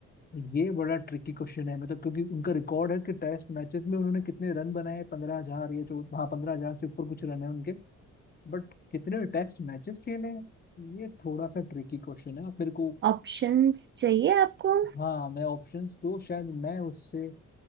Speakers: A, on the left; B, on the right.
A: ये बड़ा ट्रिकी क्वेश्चन है मतलब क्योंकि उनका रिकॉर्ड है कि टेस्ट मैचेस में उन्होंने कितने रन बनाए पंद्रह हजार या चौदह हाँ पंद्रह हजार से ऊपर कुछ रन है उनके बट कितने टेस्ट मैचेस खेले हैं ये थोड़ा सा ट्रिकी क्वेश्चन है आप मेरे को
B: ऑप्शंस चाहिए आपको
A: हाँ मैं ऑप्शंस दो शायद मैं उससे